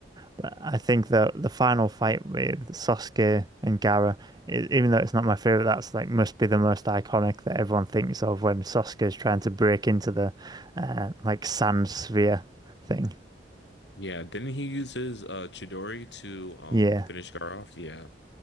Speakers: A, on the right (about 20°); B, on the left (about 75°).
A: But I think that the final fight with Sasuke and Gaara, e- even though it's not my favorite, that's like must be the most iconic that everyone thinks of when Sasuke is trying to break into the uh, like sand sphere thing.
B: Yeah, didn't he use his uh Chidori to um
A: Yeah,
B: finish Gaara off? Yeah.